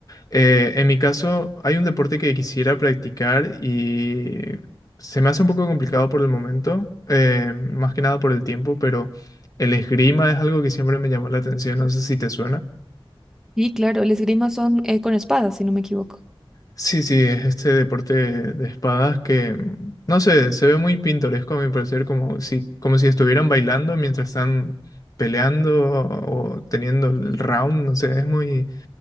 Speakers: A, on the left; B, in the centre.
A: eh, en mi caso, hay un deporte que quisiera practicar y se me hace un poco complicado por el momento, eh, más que nada por el tiempo, pero el esgrima es algo que siempre me llamó la atención, no sé si te suena.
B: Y claro, el esgrima son eh, con espadas, si no me equivoco.
A: Sí, sí, es este deporte de espadas que, mm, no sé, se ve muy pintoresco a mi parecer, como si, como si estuvieran bailando mientras están peleando o teniendo el
B: Ujú.
A: round, no sé, es muy...